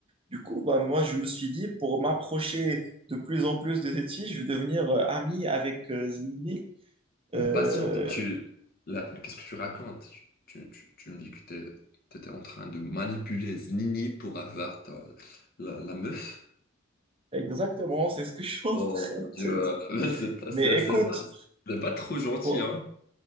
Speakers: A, on the right (about 30°); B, on the left (about 50°).
A: Du coup, bah, moi, je me suis dit, pour m'approcher de plus en plus de cette fille, je vais devenir euh, ami avec euh, Zini.
B: Mais
A: Euh,
B: patiente, là, tu, là, mais qu'est-ce que tu racontes? Tu, tu, tu me dis que t'es- t'étais en train de manipuler Znini pour avoir ta- la, la meuf.
A: exactement, c'est ce que je suis en
B: Oh
A: train
B: mon
A: de
B: Dieu,
A: te dire.
B: <laughs> c'est pas,
A: Mais
B: c'est- c'est
A: écoute,
B: pas, c'est pas trop gentil,
A: pour-
B: hein?